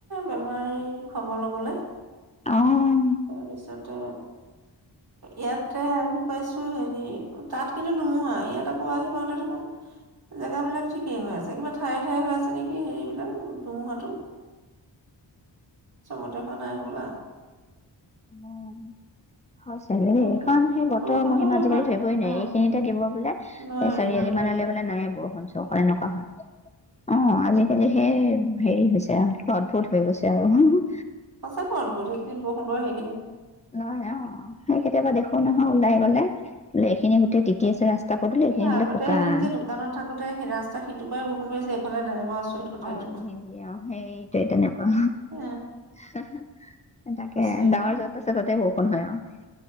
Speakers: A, on the right; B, on the left.
A: বেমাৰিৰ খবৰ লবলে,
B: অ'
A: তাৰপিছতে ইয়াতে আহি পাইছোঁ। অ' হেৰি তাত কিন্তু ধুমুহা ইয়াত আকৌ আহি পাওঁতে দেখোন জেগা বিলাক ঠিকেই হৈ আছে কিবা ঠাইয়ে ঠাইয়ে হৈ আছে নিকি হেৰি বিলাক ধুমুহাটো চবতে হোৱা নাই হ'বলা।
B: অ' উম! হয় চাগে
A: তাৰপিছত
B: দেই কাৰণ সেই বতৰৰ
A: বৰষুণতো
B: মহিমা আজিকালি
A: ইমান
B: ধৰিবয়ে নোৱাৰি
A: উম
B: এইখিনিতে দিব বোলে।
A: নোৱাৰি
B: এ চাৰিআলি
A: নোৱাৰি নোৱাৰি
B: মানলে মানে নাই, বৰষুণ, নহয় এনেকুৱা হয় অ আজিকালি সেই, হেৰি হৈছে আৰু অদ্ভুত হৈ গৈছে আৰু
A: <inaudible> <unintelligible>
B: নোৱাৰে অ সেই কেতিয়াবা দেখো নহৈ
A: উম
B: ওলাই গ'লে এইখিনিত গোটে তিতি আছে ৰাস্তা পদূলি এইখিনি
A: অ
B: বোলে
A: আগতে
B: শুকান।
A: এদিন যে দোকানত থাকোঁতে ৰাস্তা সিটোপাৰে বৰষুণ দিছে এইফালে আকৌ নাই আচৰিত কথা
B: অ
A: এইটো।
B: নিদিয়ে অ সেইটোৱে তেনেকুৱা
A: এ
B: <unintelligible> তাকে
A: আচৰিত
B: ডাৱৰ
A: ন
B: যত আছে ততে বৰষুণ হয় আৰু